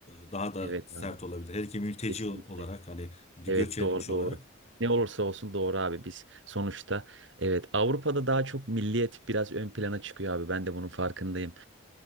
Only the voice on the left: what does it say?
e, daha da
sert
olabilir. Hele ki mülteci
olarak hani bir
göç etmiş
olarak.